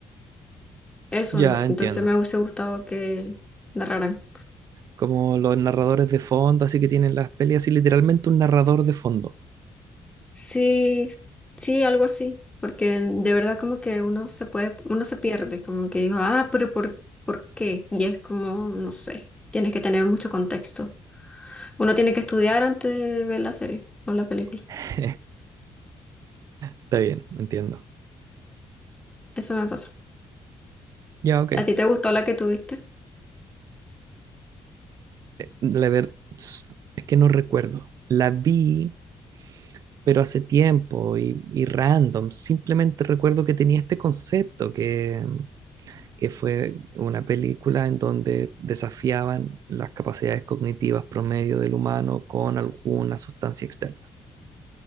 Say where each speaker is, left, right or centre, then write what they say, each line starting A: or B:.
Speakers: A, on the left; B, on the right.
A: Eso,
B: ya
A: ¿no?
B: entiendo.
A: Entonces me hubiese gustado que narraran.
B: Como los narradores de fondo, así que tienen las peleas y literalmente un narrador de fondo.
A: Sí, sí, algo así, porque de verdad como que uno se puede, uno se pierde, como que digo, ah, pero ¿por, por qué? Y es como, no sé, tienes que tener mucho contexto. Uno tiene que estudiar antes de ver la serie o la película.
B: <laughs> Está bien, entiendo.
A: Eso me pasa.
B: Ya, ok.
A: ¿A ti te gustó la que tuviste?
B: Eh, La ver... Es que no recuerdo. La vi pero hace tiempo y, y random. Simplemente recuerdo que tenía este concepto que, que fue una película en donde desafiaban las capacidades cognitivas promedio del humano con alguna sustancia externa.